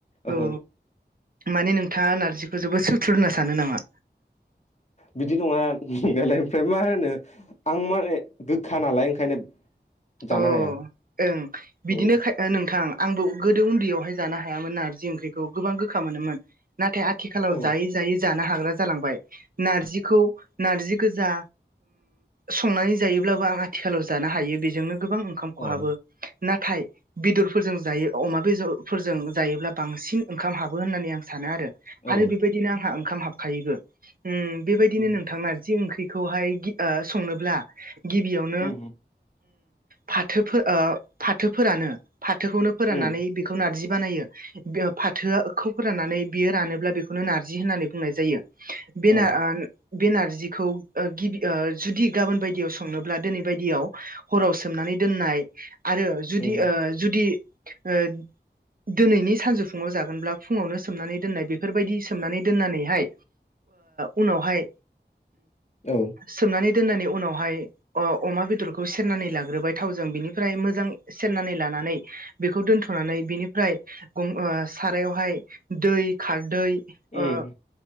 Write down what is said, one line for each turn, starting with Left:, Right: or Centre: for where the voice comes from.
Right: औ
Left: ओहो
Right: माने नोंथाङा नारजिखौ जोबोद सु थुर होनना सानो नामा?
Left: बिदि नङा नंनायालाय ओमफ्राय मा होनो आं माे गोखा नालाय ओंखायनो जानो
Right: अह
Left: हाया
Right: ओं बिदिनो
Left: औ
Right: नोंथां। आंबो गोदो उन्दैयावहाय जानो हायामोन ना नारजि ओंख्रिखौ गोबां गोखा मोनोमोन। नाथाय आथिखालाव
Left: औ
Right: जायै जायै जानो हाग्रा जालांबाय। नारजिखौ नारजि गोजा संनानै जायोब्लाबो आं आथिखालाव जानो हायो। बेजोंनो गोबां ओंखाम खहाबो।
Left: ए
Right: नाथाय बेदरफोरजों जायो अमा बेजरफोरजों जायोब्ला बांसिन ओंखाम हाबो होननानै आं सानो आरो।
Left: औ
Right: आरो बेबायदिनो आंहा ओंखाम हाबखायोबो। बेबायदिनो
Left: उम
Right: नोंथां ना जि ओंख्रिखौहाय गि ओ संनोब्ला गिबियावनो
Left: उम
Right: फाथोफोर ओ फाथो फोरानो, फाथोखौनो फोराननानै
Left: उम
Right: बेखौ नारजि बानायो। फाथोआखौ फोराननानै बियो रानोब्ला बेखौनो नारजि होननानै बुंनाय जायो। बेनो
Left: औ
Right: ना बे नारजिखौ ओ गि ओ जुदि गाबोन बायदियाव संनोब्ला दिनै बायदियाव हराव सो सोमनानै दोननाय आरो जुदि
Left: उम
Right: ओ जुदि ओ दोनैनि सानजौफुङाव जागोनब्ला फुङावनो सोमनानै दोननाय बेफोरबायदि सोमनानै दोननानैहाय उनावहाय
Left: औ
Right: सोमनानै दोननानै उनावहाय अ-अमा बेदरखौ सेरनानै ला ग्रोबाय थावजों बिनिफ्राय मोजां सेरनानै लानानै बेखौ दोनथ'नानै बिनिफ्राय गं ओ सारायावहाय दै, खारदै
Left: एह।
Right: ओ